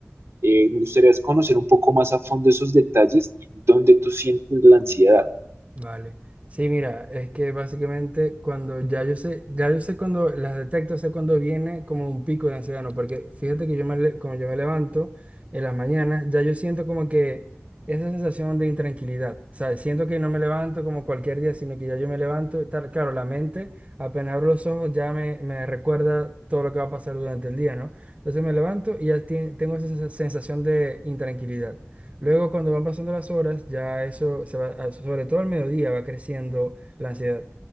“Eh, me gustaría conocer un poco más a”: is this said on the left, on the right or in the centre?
Right